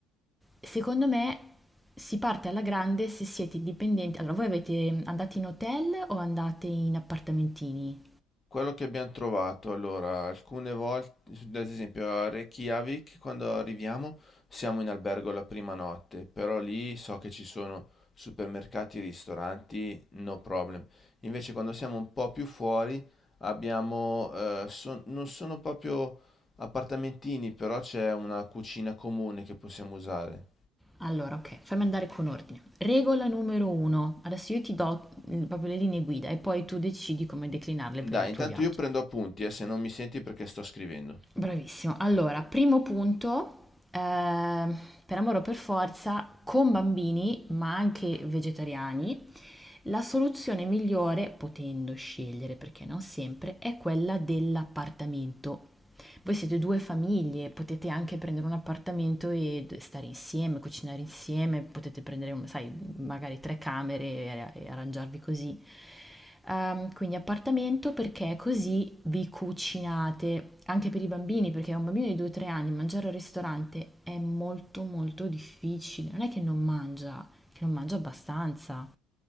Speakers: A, in the centre; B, on the left (about 25°).
A: secondo me si parte alla grande se siete dipendenti. Allora, voi avete, andate in hotel o andate in appartamentini?
B: Quello che abbiamo trovato, allora, alcune volte, ad esempio a Reykjavik, quando arriviamo, siamo in albergo la prima notte, però lì so che ci sono supermercati, ristoranti, no problem. Invece quando siamo un po' più fuori, abbiamo, eh, son- non sono proprio appartamentini, però c'è una cucina comune che possiamo usare.
A: Allora, ok, fammi andare con ordine. Regola numero uno. Adesso io ti do mm, proprio le linee guida e poi tu decidi come declinarle per
B: Dai,
A: il
B: intanto
A: tuo viaggio.
B: io prendo appunti, eh, se non mi senti perché sto scrivendo.
A: Bravissimo. Allora, primo punto, eh, per amore o per forza, con bambini, ma anche vegetariani, la soluzione migliore, potendo scegliere perché non sempre, è quella dell'appartamento. Voi siete due famiglie, potete anche prendere un appartamento e stare insieme, cucinare insieme, potete prendere, sai, magari tre camere e, e arrangiarvi così. Ehm, quindi appartamento perché così vi cucinate anche per i bambini, perché a un bambino di 2-3 anni mangiare al ristorante è molto molto difficile. Non è che non mangia, che non mangia abbastanza.